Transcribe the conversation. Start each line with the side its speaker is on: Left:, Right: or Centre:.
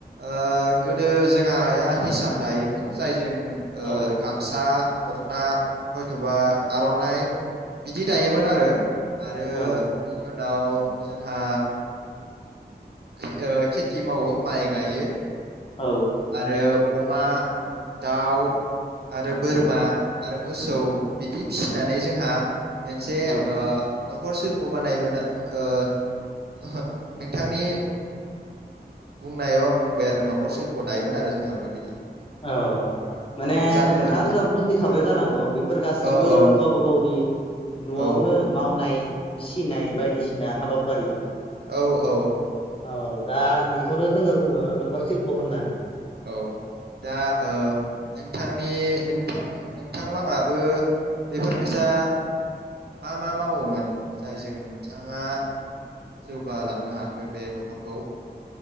Right: ओ गोदो जोंहा आइया हिसान दायोमोन जायजों ओम ओ
Left: औ औ
Right: गामसा दखना हयथबा आरनाइ बिदि दायोमोन आरो आरो
Left: औ औ
Right: बिनि उनाव जोंहा के ओ खेथि मावो माइ गायो
Left: औ
Right: आरो अमा दाउ आरो बोरमा आरो मोसौ बिदि फिसिनानै जोंहा मोनसे ओ
Left: औ
Right: नखर शिल्प बानायोमोन ओ ओहो नोंथांनि बुंनायाव आं बुंबाय आरो नखर शिल दायोमोन आरो जोंहाबो बिदि
Left: औ माने
Right: औ जादों
Left: नोंथाङा
Right: दा नोंथां
Left: जेनेबा बुजिखाबाय
Right: औ
Left: जानांगौ बेफोर गाससिबो
Right: औ औ
Left: गावबा गावनि न'आवनो
Right: औ
Left: मावनाय फिसिनाय बायदिसिना हाबाफारि
Right: औ औ
Left: औ दा बेखौनो जोङो बुङो नखर शिल्प होननानै।
Right: औ दा ओ नोंथांनि नोंथां नोंथांलाङाबो बेफोरबायसा मा मा मावोमोन? जायजों नोंथाङा जौगालांनो हाखो बे नखरखौ